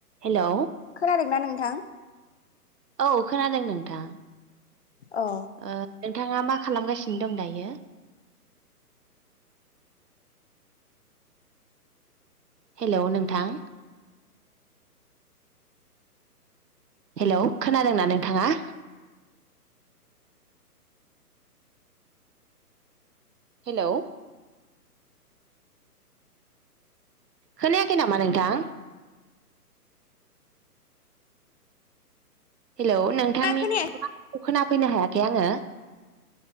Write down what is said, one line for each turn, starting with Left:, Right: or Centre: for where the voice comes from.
Right: Hello
Left: खोनादोंना नोंथां
Right: औ खोनादों नोंथां
Left: औ
Right: ओ नोंथाङा मा खालामगासिनो दं दायो हेलौ नोंथां हेलौ खोनादोंना नोंथाङा हेलौ खोनायाखै नामा नोंथां हेलौ नोंथांनि
Left: खोनाया
Right: <unintelligible> खोनाफैनो हायाखै आङो।